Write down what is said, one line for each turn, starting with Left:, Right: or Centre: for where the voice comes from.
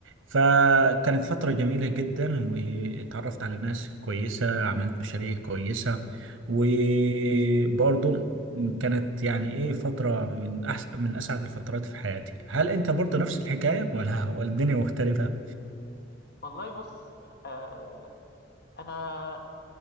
Right: فكانت فترة جميلة جدا واتعرفت على ناس كويسة عملت مشاريع كويسة وبرضو كانت يعني ايه فترة من احسن من اسعد الفترات في حياتي هل انت برضو نفس الحكاية ولا <laughs> ولا الدنيا مختلفة؟
Left: والله بص آه انا